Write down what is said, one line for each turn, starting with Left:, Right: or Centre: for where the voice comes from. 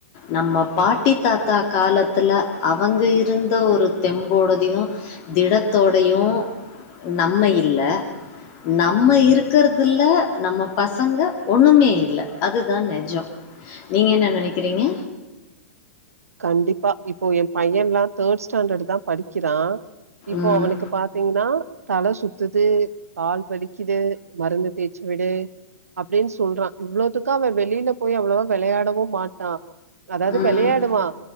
Left: நம்ம பாட்டி தாத்தா காலத்துல அவங்க இருந்த ஒரு தெம்போடதையு திடத்தோடையு நம்ம இல்ல நம்ம இருக்கறதுல நம்ம பசங்க ஒண்ணுமே இல்ல அதுதா நெஜோ நீங்க என்ன நெனக்கிறீங்க
Right: கண்டிப்பா இப்போ ஏ பையன்ல்லா தேர்ட் ஸ்டாண்டர்ட் தா படிக்கிறா இப்போ
Left: ம்.
Right: அவனுக்கு பாத் தீங்கன்னா தல சுத்துது கால் வலிக்கிது மருந்து தேச்சி விடு அப்டின்னு சொல்றா இவ்வளவுத்துக்கு அவே வெளில போய் அவ்வளவா வெளையாடவு மாட்டா அதாவது
Left: ம்.
Right: வெளையாடுவா